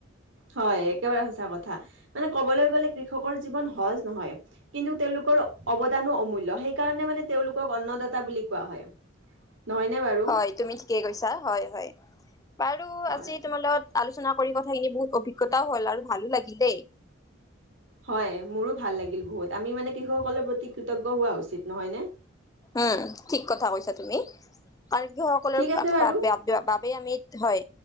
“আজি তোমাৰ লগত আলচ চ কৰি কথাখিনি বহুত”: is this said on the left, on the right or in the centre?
Left